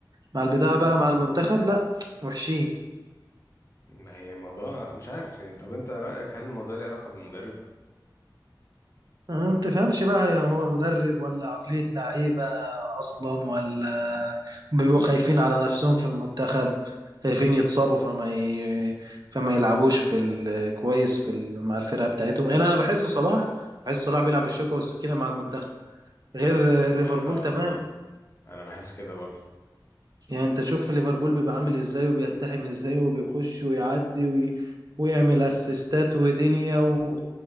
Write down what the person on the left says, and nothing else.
ما هي موضوع مش عارف يعني طب انت رايك هل الموضوع ليه علاقه بالمدرب
عامه
اه
انا بحس كده برضو